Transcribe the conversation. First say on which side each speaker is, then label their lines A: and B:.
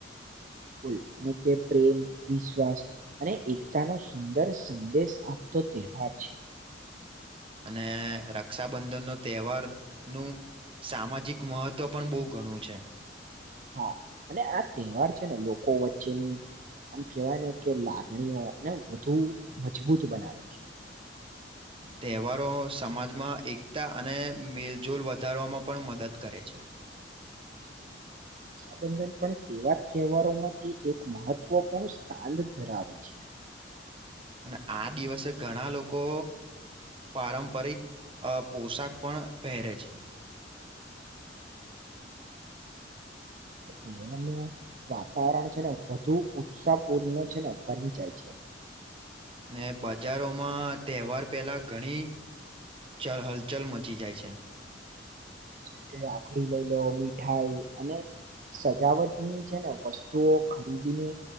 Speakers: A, on the right (about 45°); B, on the right (about 30°).
A: લકુલ અને કે પ્રેમ વિશ્વાસ અને એકતા નો સુંદર સંદેશ આપતો તહેવાર છે
B: અને રક્ષાબંધનનો તહેવારનું સામાજિક મહત્વ પણ બહુ ઘણું છે
A: હા અને આ તહેવાર છે ને લોકો વચ્ચેની આમ કેહેવાય ને કે લાગણીઓને વધુ મજબૂત બનાવે છે
B: તહેવારો સમાજમાં એકતા અને મેલજોલ વધારવામાં પણ મદદ કરે છે <inaudible>
A: રક્ષાબંધન પણ તેવા તહેવારો માંથી એક મહત્વપૂર્ણ સ્થાન ધરાવે છે
B: અને આ દિવસે ઘણા લોકો પારંપરિક પોશાક પણ પહેરે છે.
A: જીવાનું વાતાવરણ છે ને વધુ ઉત્સાહ પૂર્ણ છે ને બની જાય છે.
B: ને બજારોમાં તહેવાર પહેલા ઘણી ચળ હલચલ મચી જાય છે.
A: જેમ કે રાખડી લઈ લો મીઠાઈ અને સજાવટ ની છે ને વસ્તુઓ ખરીદીને